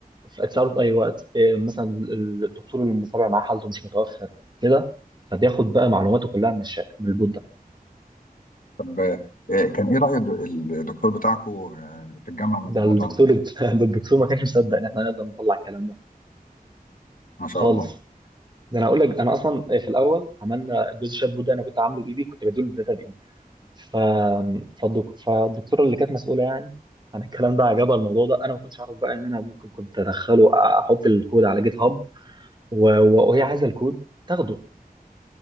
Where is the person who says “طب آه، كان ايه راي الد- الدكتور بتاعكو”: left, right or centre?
Left